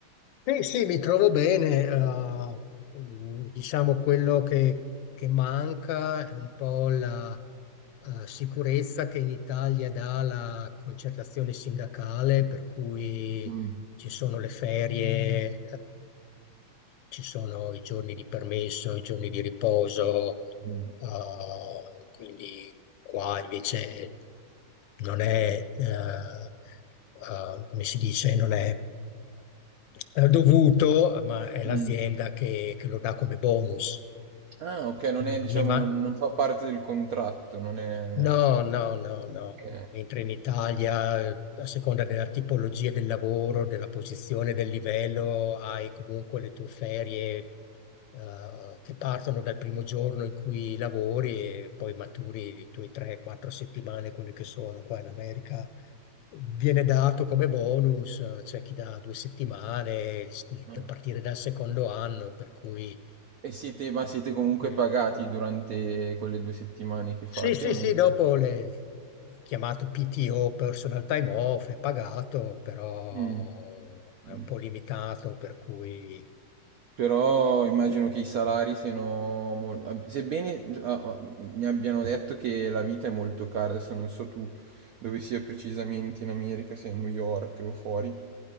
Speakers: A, on the left; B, on the right.
A: Sì, sì, mi trovo bene. eh, mm, diciamo quello che, che manca è un po' la eh, sicurezza che in Italia dà la concertazione sindacale, per cui
B: Mm.
A: ci sono le ferie, eh, ci sono i giorni di permesso, i giorni di riposo,
B: Mm.
A: eh, quindi qua invece non è, eh, eh, come si dice, non è eh, dovuto, ma è l'azienda
B: Mm.
A: che, che lo dà come bonus.
B: Ah, ok, non
A: Eh,
B: è,
A: Non
B: diciamo,
A: mi, ma-
B: non, non fa parte del contratto, non è...
A: No, no, no, no.
B: ok.
A: Mentre in Italia, eh, a seconda della tipologia del lavoro, della posizione, del livello, hai comunque le tue ferie, eh, che partono dal primo giorno in cui lavori e poi maturi le tue 3-4 settimane, quelle che sono. Qua in America viene dato come bonus, eh, c'è chi dà due settimane, il-
B: Ah.
A: a partire dal secondo anno, per cui...
B: E siete, ma
A: eh,
B: siete comunque
A: eh,
B: pagati durante quelle due settimane che fate
A: Sì, sì,
B: o non
A: sì,
B: siete?
A: dopo le chiamato PTO, personal time off, è pagato, però
B: Mm.
A: è
B: Mm.
A: un po' limitato, per cui
B: Però immagino che i salari siano mol- ab- sebbene ah, ah, mi abbiano detto che la vita è molto cara, adesso non so tu dove sia precisamente in America, se a New York o fuori,